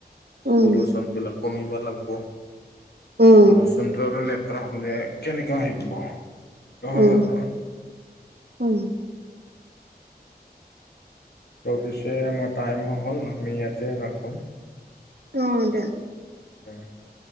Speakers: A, on the right; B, on the left.
A: উম,
B: পলুচন বিলাক কমিব লাগিব,
A: উম,
B: পলুচনটো আৰু লে লেতেৰা হ'লে কেনেকা আহিব হয়
A: উম,
B: আৰু।
A: উম!
B: ত' পিছে আমাৰ টাইমো হ'ল আমি ইয়াতে ৰাখোঁ।
A: অঁ! দে
B: দে <unintelligible>